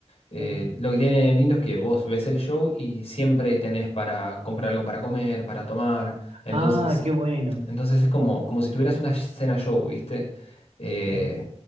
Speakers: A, on the left (about 65°); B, on the right (about 75°).
A: Eh,
B: Mm.
A: lo que tiene lindo es que vos ves el show y siempre tenés para comprar algo para comer, para tomar. Entonces,
B: Ah, qué bueno.
A: entonces es como, como si tuvieras una cena show, ¿viste? Eh,
B: Sí.